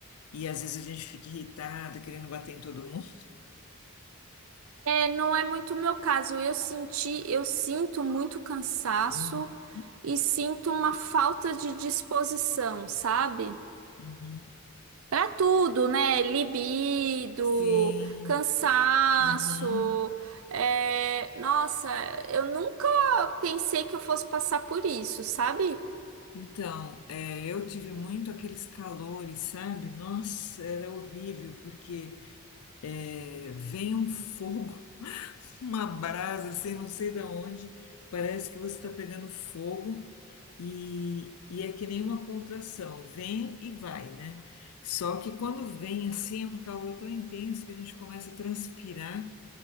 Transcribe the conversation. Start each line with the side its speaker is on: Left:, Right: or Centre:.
Left: e às vezes a gente fica irritada, querendo bater em todo mundo.
Right: É, não é muito o meu caso. Eu senti, eu sinto muito cansaço
Left: Uhum,
Right: e sinto uma falta de disposição, sabe?
Left: uhum.
Right: Pra tudo, né? Libido,
Left: Sim,
Right: cansaço.
Left: uhum.
Right: é, Nossa, eu nunca pensei que eu fosse passar por isso, sabe?
Left: Então, é, eu tive muito aqueles calores, sabe? Nossa, era horrível, porque é, vem um fogo, <laughs> uma brasa, assim, não sei da onde, parece que você está pegando fogo. E, e é que nem uma contração, vem e vai, né? Só que quando vem assim, é um calor tão intenso que a gente começa a transpirar.